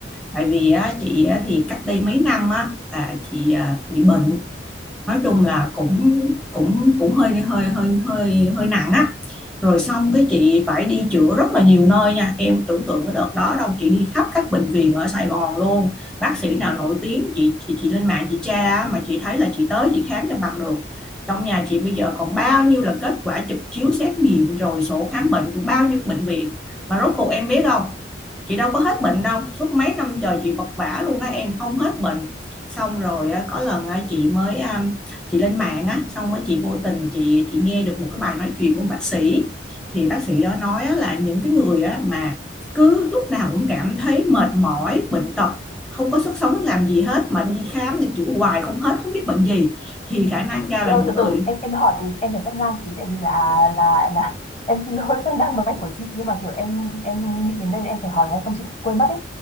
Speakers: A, in the centre; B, on the left.
A: tại vì á, chị á, thì cách đây mấy năm á, là chị à, bị bệnh nói chung là cũng cũng cũng hơi hơi hơi hơi hơi nặng á rồi xong cái chị phải đi chữa rất là nhiều nơi nha em tưởng tượng cái đợt đó đâu chị đi khắp các bệnh viện ở Sài Gòn luôn bác sĩ nào nổi tiếng chị chị chị lên mạng chị tra mà chị thấy là chị tới chị khám cho bằng được trong nhà chị bây giờ còn bao nhiêu là kết quả chụp chiếu xét nghiệm rồi sổ khám bệnh của bao nhiêu bệnh viện mà rốt cuộc em biết không chị đâu có hết bệnh đâu suốt mấy năm trời chị vật vã luôn á em không hết bệnh xong rồi có lần chị mới um, chị lên mạng á xong rồi chị vô tình chị chị nghe được một cái bài nói chuyện của bác sĩ thì bác sĩ đó nói là những cái người mà cứ lúc nào cũng cảm thấy mệt mỏi bệnh tật không có sức sống làm gì hết mà đi khám đi chữa hoài không hết không biết bệnh gì thì khả năng cao
B: chị
A: là
B: ơi
A: những
B: từ
A: người
B: từ em em hỏi thì em phải cắt ngang tí tại vì là là là <laughs> em xin lỗi cắt ngang máy của chị nhưng mà kiểu em em nghĩ đến đây em phải hỏi ngay không chị quên mất ấy